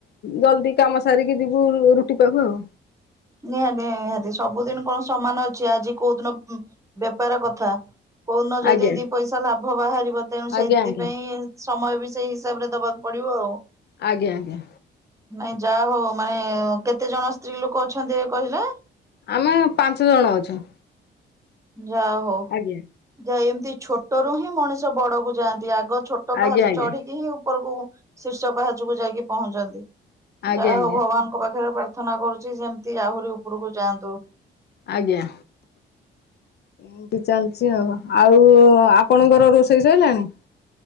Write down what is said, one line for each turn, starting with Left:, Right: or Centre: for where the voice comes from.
Left: ଜଲଦି କାମ ସାରିକି ଯିବୁ ରୁ ରୁଟି ପାକୁ ଆଉ।
Right: ନିହାତି ନିହାତି, ସବୁଦିନି କଣ ସମାନ ଅଛି, ଆଜି କୋଉ ଦିନ ଉ ବେପାର କଥା। କୋଉଦିନ ଯଦି
Left: ଆଜ୍ଞା
Right: ଦି ପଇସା ଲାଭ ବାହାରିବ, ତେଣୁ ସେଥିପାଇଁ
Left: ଆଜ୍ଞା ଆଜ୍ଞା
Right: ସମୟ ବି ସେଇ ହିସାବରେ ଦବାକୁ ପଡିବ ଆଉ।
Left: ଆଜ୍ଞା ଆଜ୍ଞା।
Right: ନାଇଁ ଯାହା ହଉ ମାନେ କେତେ ଜଣ ସ୍ତ୍ରୀ ଲୋକ ଅଛନ୍ତି କହିଲେ?
Left: ଆମେ ପାଞ୍ଚ ଜଣ ଅଛୁ।
Right: ଯାହଉ।
Left: ଆଜ୍ଞା।
Right: ଯାଇ ଏମିତି ଛୋଟରୁ ହିଁ ମଣିଷ ବଡକୁ ଯାଆନ୍ତି, ଆଗ ଛୋଟ ପାହାଚ
Left: ଆଜ୍ଞା ଆଜ୍ଞା
Right: ଚଢିକି ହିଁ ଉ ଉପରକୁ ଶୀର୍ଷ ପାହାଚକୁ ଯାଇକି ପହଞ୍ଚନ୍ତି,
Left: ଆଜ୍ଞା
Right: ଯାହା ହଉ ଭଗବାନ
Left: ଆଜ୍ଞା
Right: ତାଙ୍କ ପାଖରେ ପ୍ରାର୍ଥନା କରୁଛି, ଯେମିତି ଆହୁରି ଉପରକୁ ଯାଆନ୍ତୁ।
Left: ଆଜ୍ଞା। ଏମିତି ଚାଲିଛି ଆଉ, ଆଉ ଆପଣଙ୍କର ରୋଷେଇ ସଇଲାଣି?